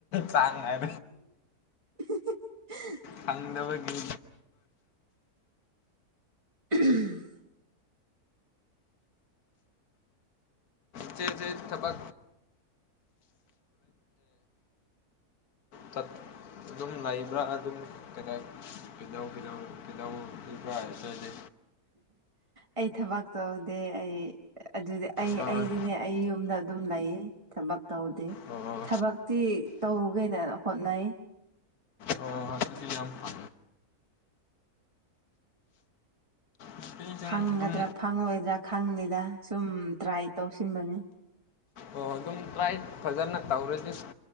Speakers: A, on the left (about 75°); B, on the right (about 25°).
A: ꯆꯥꯡ ꯍꯥꯏ
B: <unintelligible>
A: ꯊꯪꯗꯕꯒꯣ
B: <unintelligible>
A: ꯆꯦ ꯆꯦ ꯊꯕ ꯇꯠ ꯑꯗꯨꯝ ꯂꯩꯕ꯭ꯔꯥ ꯑꯗꯨꯝ ꯀꯗ ꯀꯤꯗ ꯀꯤꯗꯧꯕꯕ꯭ꯔꯥ ꯍꯥꯏꯗꯤ
B: ꯑꯩ ꯊꯕꯛ ꯇꯧꯗꯦ ꯑꯩ ꯑꯗꯨꯗꯤ ꯑꯩ
A: ꯍꯣꯏ
B: ꯑꯩꯗꯤꯅꯦ ꯑꯩ ꯌꯨꯝꯗ ꯑꯗꯨꯝ ꯂꯩ ꯊꯕꯛ ꯇꯧꯗꯤꯦ
A: ꯑꯣ
B: ꯊꯕꯛꯇꯤ ꯇꯧꯒꯦꯅ ꯍꯣꯠꯅꯩ
A: ꯑꯣ ꯍꯧꯖꯤꯗꯤ ꯌꯥꯝ ꯐꯦ ꯅꯨꯄꯤꯁꯤꯡ
B: ꯐꯪꯒꯗ꯭ꯔꯥ
A: ꯑꯗꯨꯝ
B: ꯐꯪꯉꯣꯏꯗ꯭ꯔꯥ ꯈꯪꯗꯦꯗ ꯁꯨꯝ ꯇ꯭ꯔꯥꯏ ꯇꯧꯁꯤꯟꯕꯅꯤ
A: ꯑꯣ ꯑꯗꯨꯝ ꯇ꯭ꯔꯥꯏ ꯐꯖꯅ ꯇꯧꯔꯗꯤ